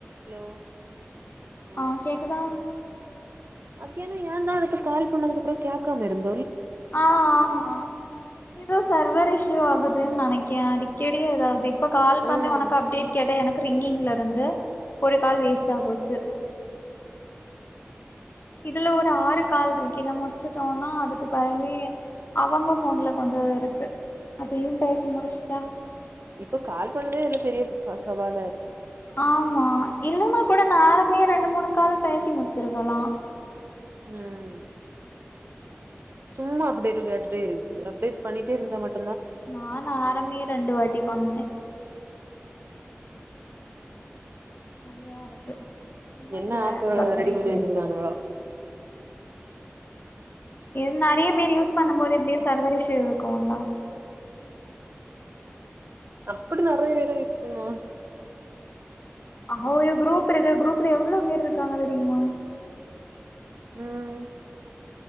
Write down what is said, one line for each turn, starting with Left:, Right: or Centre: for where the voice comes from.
Right: Hello அ
Left: ஆ கேக்குதா
Right: மத்தியானா ஏந்தா அதுக்கு கால் பண்ணதுக்கு அப்றோ கேக்காம இருந்
Left: அ ஆமா எதோ சர்வர் இஷூ ஆகுதுன்னு நெனைக்கே அடிக்கடி எதாவ்து இப்ப கால்
Right: ம்
Left: பண்ண உனக்கு அப்டேட் கேட்ட எனக் கு ரிங்கிங்ல இருந்து ஒரு கால் வேஸ்டா போச்சு இதுல ஒரு ஆறு கால் இருக்கு இத முடிச்சுட்டோனா அதுக்கு பெறகு அவங்க ஃபோன்ல கொஞ்சோ இருக்கு அதையு பேசி முடிச்சுட்டா
Right: இப்ப கால் பண்ணதே இதுல பெரிய சவாலா இரு
Left: ஆமா இல்லானா கூட நானுமே ரெண்டு மூணு கால் பேசி முடிச்சிருக்கலா
Right: ம் சும்மா அப்டேட் கேட்டுட்டே இருக்கு அப்டேட் பண்ணிட்டே இருந்தா மட்
Left: நா ஆறுமே ரெண்டு வாட்டி பண்ணே நெறயா இருக்கு சும்மா
Right: என்ன
Left: இது வேற
Right: ஆப்பு
Left: பக்காயிட்டே
Right: ரெடி பண்ணி வெச்சிருக்காங்களோ
Left: இருக்கு இது நெறைய பேர் யூஸ் பண்ணு போது எப்டியு சர்வர் இஷ்யூ இருக்கும்லா
Right: அப்பிடி நெறைய பேரா யூஸ் பண்ணுவா
Left: அ ஒரு குரூப் இருக்கு குரூப்ல எவ்ளோ பேர் இருக்காங்க தெரியுமா
Right: ம்